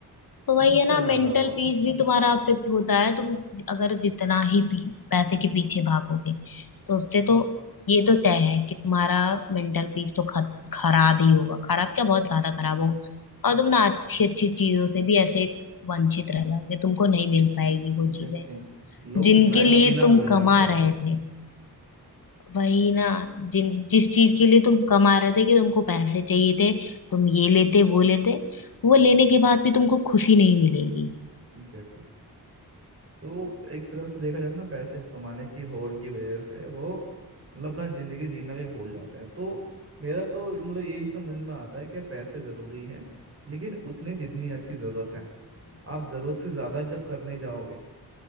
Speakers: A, on the left (about 65°); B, on the right (about 35°).
A: तो
B: तो
A: वही
B: फिर
A: है
B: क्या
A: ना
B: फायदा
A: मेंटल
B: हुआ
A: पीस भी तुम्हारा अफेक्ट होता है तुम अगर जितना ही पी, पैसे के पीछे भागोगे तो उससे तो ये तो तय है कि तुम्हारा मेंटल पीस तो ख, खराब ही होगा खराब क्या बहुत ज्यादा खराब होगा और तुम ना अच्छी अच्छी चीजों से भी ऐसे वंचित रह जाओगे तुमको नहीं मिल पाएगी वो
B: एग्जैक्टली
A: चीजें
B: लोग
A: जिनके
B: लाइफ
A: लिए
B: जीना
A: तुम
B: भूल
A: कमा
B: जाते हैं
A: रहे थे वही ना जिन जिस चीज के लिए तुम कमा रहे थे कि तुमको पैसे चाहिए थे तुम ये लेते वो लेते वो लेने के बाद भी तुमको खुशी नहीं मिलेगी
B: एग्जैक्टली तो एक तरफ से देखा जाए तो ना पैसे कमाने की होड़ की वजह से वो मतलब अपना जिंदगी जीना भी भूल जाते हैं तो मेरा तो मतलब यही समझ में आता है कि पैसे जरूरी हैं लेकिन उतने जितनी आपकी जरूरत है आप जरूरत से ज्यादा जब करने जाओगे